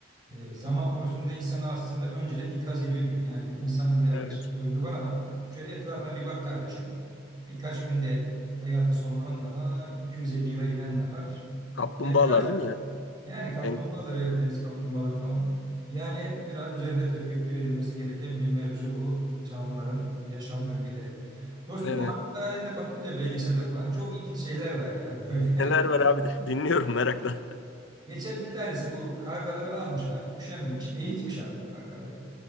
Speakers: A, on the right; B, on the left.
A: e, zaman konusunda insanı aslında önceden ikaz ediyor gibi. Yani insanın da yaklaşık
B: Evet.
A: bir ömrü var ama şöyle etrafına bir bak kardeşim. Birkaç günde hayatı sonlanan da var, 250 yıla giden de var.
B: Kaplumbağalar
A: Yani biraz
B: değil mi? ya?
A: yani kaplumbağalar
B: En
A: evet deniz kaplumbağaları falan. Yani biraz üzerinde tefekkür edilmesi gereken bir mevzu bu. Canlıların yaşam döngüleri. Dostum
B: Evet.
A: bu hayvanlar alemine bakınca belgeselde falan çok ilginç şeyler var ya böyle.
B: Neler var abi? <laughs> Dinliyorum merakla.
A: <laughs> Geçen bir tanesi bu kargaları almış abi üşenmemiş eğitmiş adam kargaları.